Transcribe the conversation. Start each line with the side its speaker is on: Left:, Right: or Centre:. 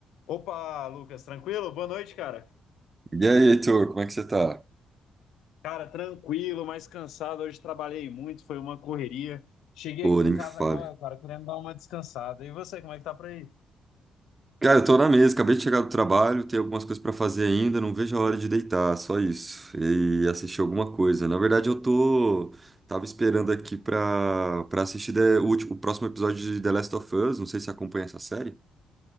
Left: Opa, Lucas, tranquilo? Boa noite, cara.
Right: E aí, Heitor, como é que você tá?
Left: Cara, tranquilo, mas cansado. Hoje trabalhei muito, foi uma correria. Cheguei
Right: Pô,
Left: aqui
Right: nem
Left: em
Right: me
Left: casa
Right: fale.
Left: agora, cara, querendo dar uma descansada. E você, como é que tá por aí?
Right: Cara, eu tô na mesa, acabei de chegar do trabalho, tenho algumas coisas pra fazer ainda, não vejo a hora de deitar, só isso. E assistir alguma coisa. Na verdade, eu tô. Tava esperando aqui pra, pra assistir The- o, último- o próximo episódio de The Last of Us, não sei se você acompanha essa série.